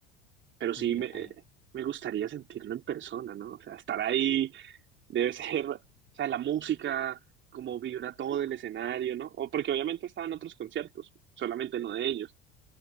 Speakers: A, on the right (about 40°); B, on the left (about 25°).
A: pero
B: Pues
A: sí
B: mira,
A: me,
B: hay,
A: me gustaría sentirlo en persona, ¿no? O sea, estar ahí debe <laughs> ser, o sea, la música, como vibra todo el escenario, ¿no? O porque obviamente estaban otros conciertos, solamente no de ellos